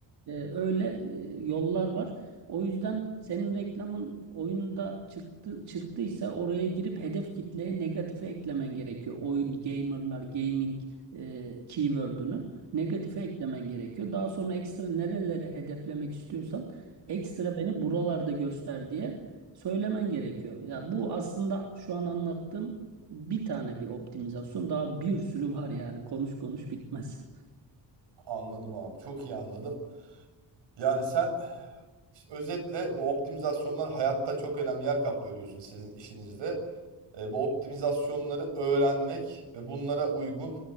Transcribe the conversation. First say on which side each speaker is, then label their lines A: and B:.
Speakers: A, on the right; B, on the right.
A: E, öyle e, yollar var. O yüzden senin reklamın oyunda çıktı çıktıysa oraya girip hedef kitleye negatife eklemen gerekiyor. Oyun, gamerlar, gaming e, keyword'ünü negatife eklemen gerekiyor. Daha sonra ekstra nerelere hedeflemek istiyorsan ekstra beni buralarda göster diye söylemen gerekiyor. Ya bu aslında şu an anlattığım bir tane bir optimizasyon daha bir sürü var yani konuş konuş bitmez.
B: Anladım abi. Çok iyi anladım. Yani sen işte özetle bu optimizasyonlar hayatta çok önemli yer kaplıyor diyorsun sizin işinizde. E, bu optimizasyonları öğrenmek ve bunlara uygun